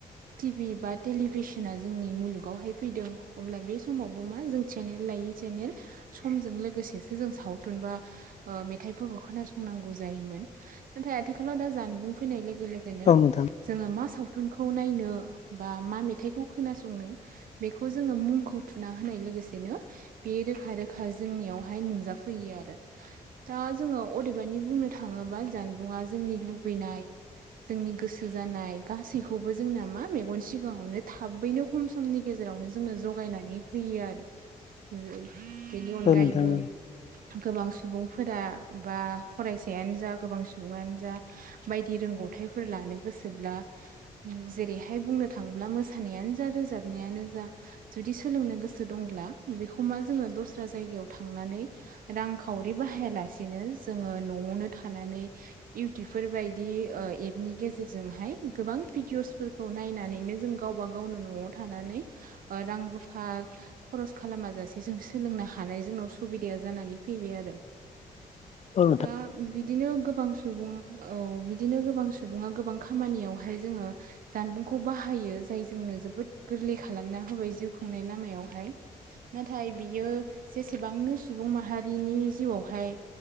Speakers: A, on the right (about 75°); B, on the left (about 50°).
A: टिभि बा टेलिभिसना जोंनि मुलुगावहाय फैदों अब्ला बे समावबो मा जों चेनेल लायै सेनेल समजों लोगोसेसो जों सावथुनबा ओ मेथाइफोरखौ खोनासंनांगौ जायोमोन नाथाय आथिखालाव दा जानबुं फैनाय लोगो लोगो बेनो
B: औ नोंथां
A: जोङो मा सावथुनखौ नायनो बा मा मेथाइखौ खोनासंनो बेखौ जोङो मुंखौ थुना होनाय लोगोसे बिनो बे रोखा रोखा जोंनियावहाय नुजाफैयो आरो दा जोङो अदेबानि बुंनो थाङोबा जानबुंङा जोंनि लुबैनाय जोंनि गोसो जानाय गासैखौबो जोंना मा मेगन सिगाङावनो थाबैनो खम समनि गेजेरावनो जोंनो जगायनानै होयो आरो <unintelligible> बेनि अनगायैबो
B: औ नोंथां औ नोंथां
A: गोबां सुबुंफोरा बा फरायसायानो जा गोबां सुबुङानो जा बायदि रोंगौथाइफोर लानो गोसोब्ला उम जेरैहाय बुंनो थाङोब्ला मोसानायानो जा रोजाबनायानो जा जुदि सोलोंनो गोसो दंब्ला बेखौ मा जोङो दस्रा जायगायाव थांनानै रांखा खावरि बाहायालासेनो जोङो न'आवनो थानानै इउटुबफोर बायदि ओ एपनि गेजेरजोंहाय गोबां भिडिअसफोर खौ नायनानैनो जों गावबा गावनो न'आव थानानै ओ रां रुफा खरस खालामाजासे जों सोलोंनो हानाय जोंनाव सुबिदाया जानानै फैबाय आरो
B: औ नोंथां औ नोंथां औ
A: दा बिदिनो गोबां सुबुं औ बिदिनो गोबां सुबुङा गोबां खामानियावहाय जोङो जानबुंखौ बाहायो जाय जोंनो जोबोद गोरलै खालामना होबाय जिउ खुंनाय लामायावहाय नाथाय बियो जेसेबांनो सुबुं माहारिनि जिउआवहाय